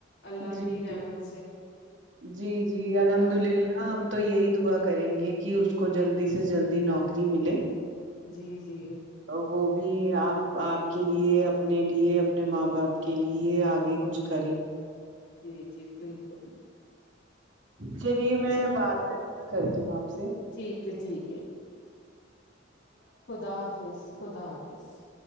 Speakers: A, on the left (about 70°); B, on the right (about 80°).
A: اللہ
B: جی
A: کی رحمت
B: جی
A: سے
B: جی جی الحمد
A: اب
B: اللہ ہم تو یہی دعا کریں گے کہ اس کو جلدی سے جلدی نوکری ملے
A: جی جی
B: وہ بھی اپ اپ کے لیے اپنے لیے اپنے ماں باپ کے لیے آاگے کچھ کرے
A: جی جی بالکل
B: چلیے میں
A: چل
B: بعد میں بات کرتی ہوں اپ سے
A: ٹھیک ہے ٹھیک ہے خدا حافظ خدا حافظ